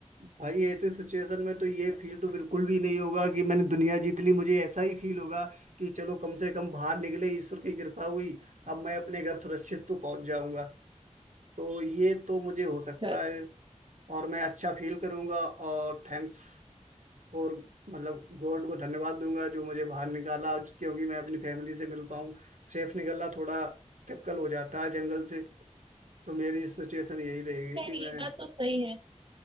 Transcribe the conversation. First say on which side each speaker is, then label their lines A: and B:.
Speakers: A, on the right (about 75°); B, on the right (about 45°).
A: भाई ऐसे सिचुएशन में तो ये फील तो बिल्कुल भी नहीं होगा कि मैंने दुनिया जीत ली मुझे ऐसा ही फील होगा कि चलो कम से कम बाहर निकले ईश्वर की कृपा हुई अब मैं अपने घर सुरक्षित तो पहुंच जाऊंगा तो ये तो मुझे हो सकता
B: अच्छा
A: है और मैं अच्छा फील करूंगा और थैंक्स फॉर मतलब गॉड को धन्यवाद दूंगा जो मुझे बाहर निकाला क्योंकि मैं अपनी फैमिली से मिल पाऊँ सेफ निकलना थोड़ा टिपिकल हो जाता है जंगल से तो मेरी सिचुएशन यही रहेगी
B: खैर
A: कि मैं
B: ये बात तो सही है